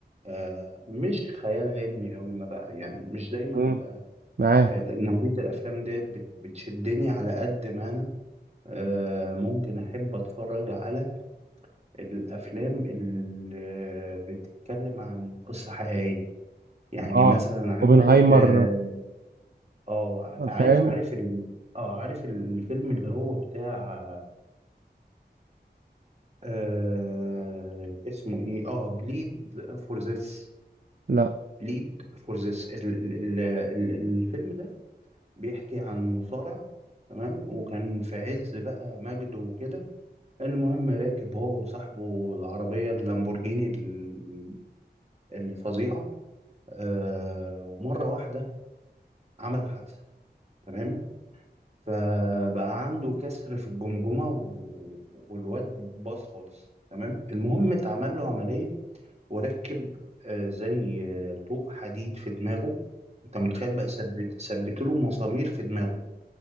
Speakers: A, on the right; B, on the right.
A: آه مش خيال علمي قوي ما بقى يعني مش دايما
B: مم.
A: بقى
B: معاك
A: نوعية الأفلام ديت بت- بتشدني على قد ما أنا آه ممكن أحب أتفرج على الأفلام اللي بتتكلم عن قصة حقيقية يعني
B: اه
A: مثلا عندك
B: اوبنهايمر
A: اه آه،
B: آه، فاهم
A: عارف عارف ال... اه عارف الفيلم اللي هو بتاع آه اسمه ايه اه بليد فور ذس
B: لا
A: بليد فور ذس الفيلم ده بيحكي عن مصارع تمام وكان في عز بقى مجده وكده المهم راكب هو وصاحبه العربية اللامبورجيني ال- الفظيعة آه ومرة واحدة عملوا حادثة تمام فبقى عنده كسر في الجمجمة و- والواد باظ خالص تمام المهم اتعمل له عملية وركب آه، زي آه، طوق حديد في دماغه انت متخيل بقى ثبت ثبت له مسامير في دماغه